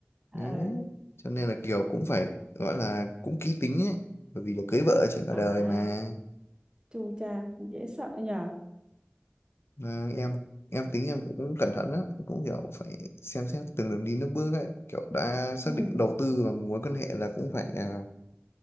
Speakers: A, on the right; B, on the left.
A: à,
B: Đấy. cho nên là kiểu cũng phải gọi là cũng kỹ tính ấy bởi vì là cưới vợ trên cả
A: à
B: đời mà
A: chu cha cũng dễ sợ nhờ
B: Mà em em tính em cũng cẩn thận á cũng kiểu phải xem xét từng đường đi nước bước ấy kiểu đã xác
A: ừ
B: định đầu tư vào mối quan hệ là cũng phải à,